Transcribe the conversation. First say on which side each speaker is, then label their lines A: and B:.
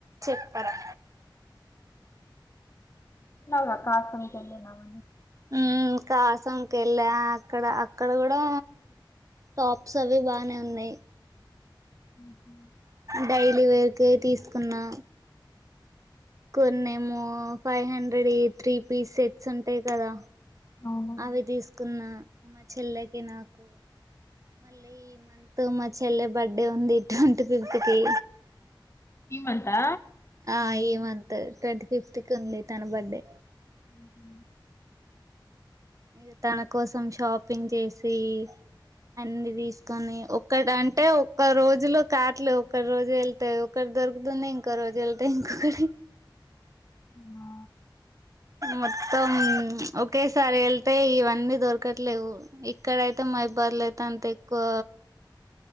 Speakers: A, on the right; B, on the left.
A: చెప్పరా
B: న్నావ్ గా కాఫీ ఎల్లున్నాం అని
A: ఉమ్ ఇంకా హసాం కెళ్ళ అక్కడ అక్కడ కూడా టాప్స్ అవి బానే ఉన్నాయి ఇ
B: ఉమ్ హు
A: డైలీ వేర్కె తీసుకున్నా కొన్నేమో ఫైవ్ హండ్రెడ్ వి త్రీ పీస్ సెట్స్ ఉంటాయి కదా
B: అవును
A: అవి తీసుకున్న మా చెల్లెకి నాకు మళ్ళీ ఈ మంత్ మా చెల్లె బర్త్డే ఉంది ట్వంట్ ఫిఫ్త్ కి
B: ఈ మంతా
A: ఆ ఈ మంత్ ట్వంట్ ఫిఫ్త్ కి ఉంది తన బర్త్డే
B: ఉమ్ హు
A: ఇగ తన కోసం షాపింగ్ చేసి అన్ని తీసుకొని ఒక్కటి అంటే ఒక్క రోజులో కాట్లు ఒక్క రోజే వెళ్తే ఒక దొరుకుతున్నాయి ఇంకో రోజు వెళ్తే ఇంకోకటి
B: ఆ
A: మొత్తం ఒకేసారి వెళ్తే ఇవన్నీ దొరకట్లేవు ఇక్కడయితే మైబర్లో అయితే అంత ఎక్కువ